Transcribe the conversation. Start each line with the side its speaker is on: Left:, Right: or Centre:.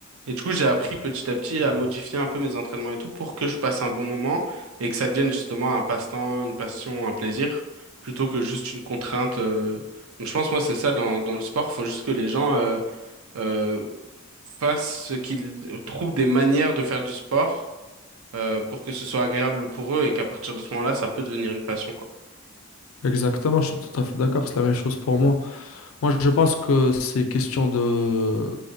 Right: Et du coup, j'ai appris petit à petit à modifier un peu mes entraînements et tout pour que je passe un bon moment et que ça devienne justement un passe-temps, une passion, un plaisir, plutôt que juste une contrainte. euh. Donc je pense, moi, c'est ça dans, dans le sport, faut juste que les gens euh, euh, fassent ce qu'ils trouvent des manières de faire du sport euh, pour que ce soit agréable pour eux et qu'à partir de ce moment-là, ça peut devenir une passion, quoi.
Left: Exactement, je suis tout à fait d'accord. C'est la même chose pour moi. Moi, je pense que c'est question de,